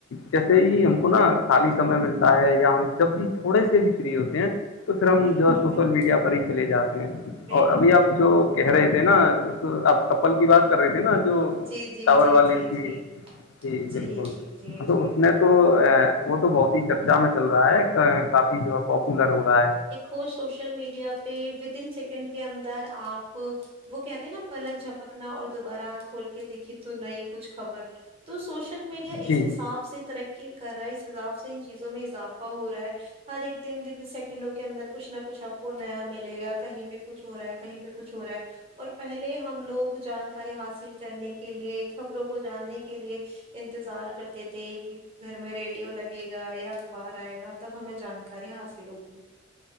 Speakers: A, on the left (about 75°); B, on the right (about 30°).
A: جیسے ہی ہم کو نا خالی سمے ملتا ہے یا ہم جب بھی تھوڑے سے بھی فری ہوتے ہیں تو پھر ہم
B: بالکل
A: جو ہے سوشل
B: بالکل
A: میڈیا پر ہی چلے جاتے ہیں
B: بالکل
A: اور ابھی آپ جو کہہ رہے تھے نا اس آپ کپل کی بات کر رہی تھی نا جو
B: جی جی
A: ٹاور
B: جی
A: والی
B: جی
A: تھی
B: جی
A: تی
B: جی
A: بالکل
B: جی جی
A: تو
B: جی
A: اس نے تو تو وہ تو بہت ہی چرچا میں چل رہا ہے کافی جو ہے پاپولر ہو رہا ہے
B: ہو سوشل میڈیا پہ ودن سیکنڈ کے اندر آپ وہ کہتے ہیں نا پلک جھپکنا اور دوبارہ آنکھ کھول کے دیکھی تو نئی کچھ خبر تو سوشل میڈیا اس
A: جی
B: حساب سے ترقی کر رہا ہے اس حساب سے ان چیزوں میں اضافہ ہو رہا ہے ہر ایک دن ود سیکنڈوں کے اندر کچھ نہ کچھ آپ کو نیا ملے گا کہیں پہ کچھ ہو رہا ہے کہیں پہ کچھ ہو رہا ہے اور پہلے ہم لوگ جانکاری حاصل کرنے کے لیے خبروں کو جاننے کے لیے انتظار کرتے تھے کہ گھر میں ریڈیو لگے گا یا اخبار آئے گا تب ہمیں جانکاری حاصل ہوگی